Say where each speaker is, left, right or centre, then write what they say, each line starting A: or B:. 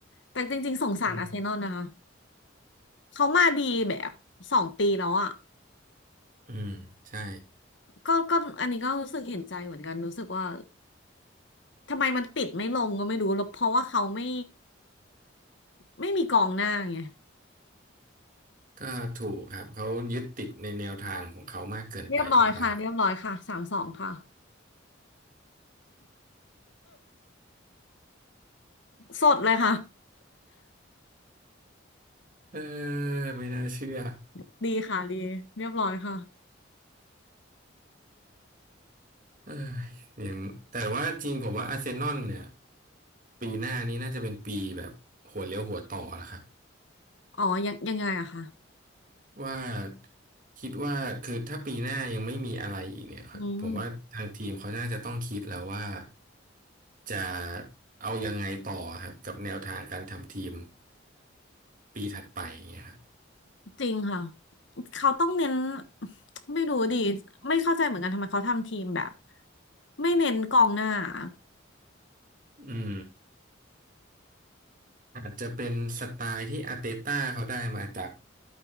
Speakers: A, on the left (about 65°); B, on the right (about 40°).
A: แต่จริงๆสงสารอาร์เซนอลนะคะ
B: อืม
A: เขามาดีแบบสองปีแล้วอ่ะ
B: อืมใช่
A: ก็ก็อันนี้ก็รู้สึกเห็นใจเหมือนกันรู้สึกว่าทำไมมันปิดไม่ลงก็ไม่รู้แล้วเพราะว่าเขาไม่ไม่มีกองหน้าไง
B: ก็ถูกครับเขายึดติดในแนวทางของเขามากเกินไปผมว่า
A: เรียบร้อยค่ะเรียบร้อยค่ะสามสองค่ะสดเลยค่ะ
B: เออไม่น่าเชื่อ
A: <laughs> ดีค่ะดีเรียบร้อยค่ะ
B: เอออย่างแต่ว่าจริงผมว่าอาร์เซนอลเนี่ยปีหน้านี้น่าจะเป็นปีแบบหัวเลี้ยวหัวต่อแล้วครับ
A: อ๋อยังยังไงอะคะ
B: ว่าคิดว่าคือถ้าปีหน้ายังไม่มีอะไรอีกเนี่ยครับผมว่าทางทีมเขาน่าจะต้องคิดแล้วว่า
A: อืม
B: จะเอายังไงต่อครับกับแนวทางการทำทีมปีถัดไปอย่างเงี้ยครับ
A: จริงค่ะเขาต้องเน้นไม่รู้ดิไม่เข้าใจเหมือนกันทำไมเขาทำทีมแบบไม่เน้นกองหน้าอ
B: อืม อาจจะเป็นสไตล์ที่อาร์เตต้าเขาได้มาจาก